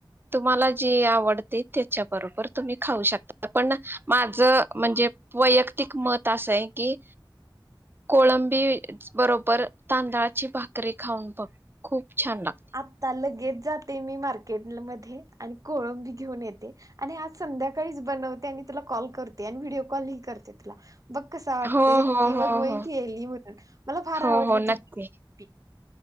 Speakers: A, on the right (about 25°); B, on the right (about 45°).
A: तुम्हाला जे आवडत त्याच्या बरोबर तुम्ही खाऊ शकता पण माज म्हणजे वैयक्तिक मत असंय की कोळंबी बरोबर तांदळाची भाकरी खाऊन बघ. खूप छान लागते
B: आत्ता लगेच जाते मी मार् केदल मध्ये आणि कोळंबी घेऊन येते आणि आज संध्याकाळीच बनवते आणि तुला कॉल करते आणि व्हिडिओ कॉल ही करते तुला बघ कस वाटतय
A: हो हो
B: की बघ
A: हो
B: मी
A: हो
B: केली म्हणून मला फार
A: हो
B: आवडली
A: हो नक्की
B: तु <unintelligible>